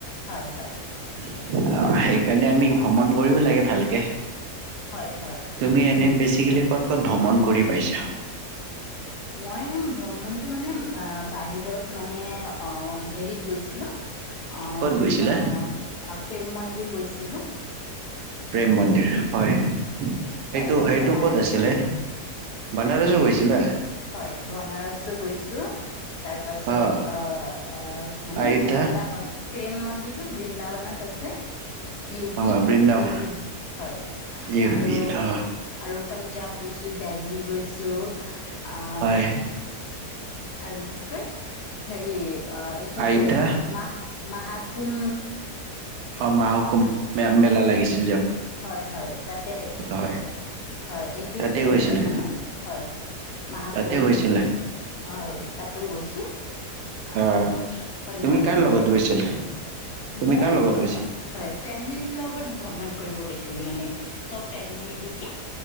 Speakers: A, on the left; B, on the right.
A: হয় হয়
B: অ' সেইকাৰণে আমি ভ্ৰমণ কৰিব লাগে ভালকে।
A: হয় হয়
B: তুমি এনে বেছি <unintelligible> ভ্ৰমণ কৰি পাইছা
A: মই ভ্ৰমণটো মানে অহ বাহিৰত মানে অহ হেৰিত গৈছ ছিলো অহ -অহ।
B: ক'ত গৈছিলা?
A: প্ৰেম মন্দিৰ গৈছি
B: প্ৰেম মন্দিৰ হয়, সেইটো
A: তাৰ পাছত
B: সেইটো
A: বনাৰ
B: ক'ত আছিলে বানাৰসো গৈছিলা।
A: হয় বনাৰসো গৈছো তাৰ পাছত
B: অ
A: অহ মানে
B: আয়োধ্যা
A: বৃন্দাবন প্ৰেম মন্দিৰটো বৃন্দাবনত আছে। ইউ
B: অ
A: বিত
B: বৃন্দাবন
A: ইউ বি হয়
B: ইউপিত
A: আৰু
B: অ
A: আৰু পাঞ্জাৱ গৈছো দেলহি গৈছো। আহ
B: হয়।
A: আৰু কি কয় হেৰি অহ এইটো
B: আয়োধ্যা
A: যে মাহ মাহাকুম
B: হয় মাহাকুমভ। মেলা লাগিছে।
A: হয় -হয় তাতে
B: হয়
A: হয় এইটোত
B: তাতে
A: গৈ
B: গৈছিলে
A: মানে হয় মাহাকুম
B: তাতে গৈছিলে
A: হয় তাতো গৈছো। ছো। আহ
B: অ
A: পাঞ্জাবো
B: তুমি কাৰ
A: গৈ
B: লগত
A: পাইছো
B: গৈছিলা তুমি
A: মই
B: কাৰ লগত গৈছিলা
A: হয় ফেমিলি লগত ভ্ৰমণ কৰিব গৈছিলো মানে চব ফেমিলি মিলিকে